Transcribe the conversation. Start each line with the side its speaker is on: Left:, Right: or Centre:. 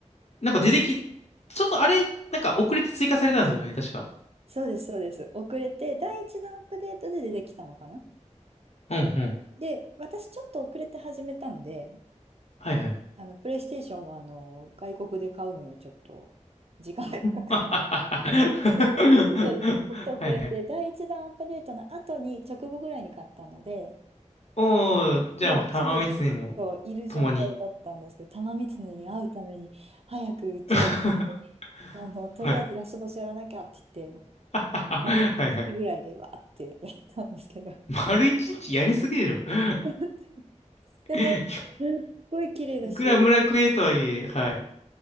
Left: なんか出てき、ちょっとあれ、なんか遅れて追加されたんですよね、確か。
Right: そうです、そうです。遅れて、第一弾アップデートで出てきたのかな。
Left: うんうん。
Right: で、私ちょっと遅れて始めたので、
Left: はいはい。
Right: あの、プレイステーションはあの外国で買うのにちょっと時間がかかっ
Left: <laughs> は
Right: て、ちょっと、ちょっと遅れて、
Left: いはい。
Right: 第一弾アップデートの後に、直後ぐらいに買ったので、
Left: おー、じゃあもう玉三つにも、
Right: もうすでにそういる状態だったんですけど、
Left: 共に。
Right: 玉三ネに会うために早く上位行って
Left: <laughs>
Right: あの、とりあえずラスボスやらなきゃって言って、
Left: はい。<laughs> はいはい。
Right: 丸一日ぐらいでわーってやったんですけど、
Left: 丸一日やりすぎでしょ。<laughs>
Right: <laughs> でも、
Left: いや
Right: すっごい綺麗だし、
Left: いくら村クエとはいえ、はい。